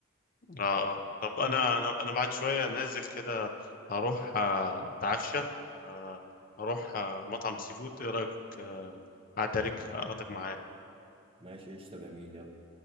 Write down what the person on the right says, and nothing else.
ماشي قشطة جميل يلا